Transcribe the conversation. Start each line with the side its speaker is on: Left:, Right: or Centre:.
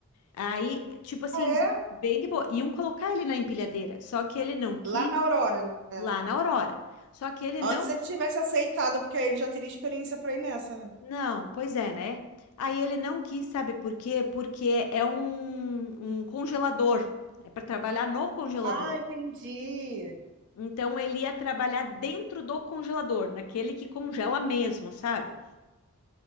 Left: Aí, tipo assim,
Right: Ah, é?
Left: bem de boa. Iam colocar ele na empilhadeira, só que ele não quis
Right: Lá na Aurora, né?
Left: lá na Aurora. Só que ele
Right: Antes
Left: não.
Right: ele tivesse aceitado, porque aí ele já teria experiência para ir nessa, né?
Left: Não, pois é, né? Aí ele não quis, sabe por quê? Porque é um, um congelador. É para trabalhar no congelador.
Right: Ah, entendi.
Left: Então ele ia trabalhar dentro do congelador, naquele que congela mesmo, sabe?